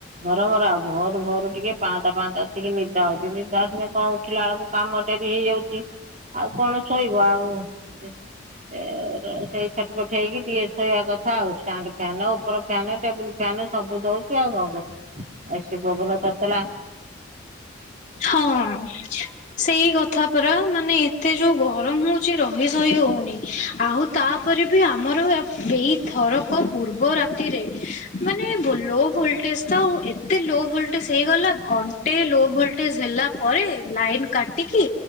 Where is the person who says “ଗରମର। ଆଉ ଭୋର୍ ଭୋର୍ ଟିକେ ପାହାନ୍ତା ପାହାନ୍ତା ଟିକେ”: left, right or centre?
Right